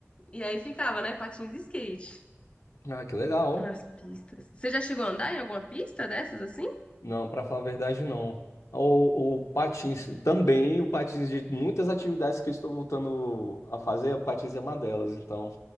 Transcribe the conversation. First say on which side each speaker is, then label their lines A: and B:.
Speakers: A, on the left (about 25°); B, on the left (about 80°).
A: e aí ficava, né, patins e skate
B: ah, que legal.
A: nas pistas. Você já chegou a andar em alguma pista dessas assim?
B: Não, pra falar a verdade, não. O, o patins também, o patins de muitas atividades que eu estou voltando a fazer, o patins é uma delas. Então,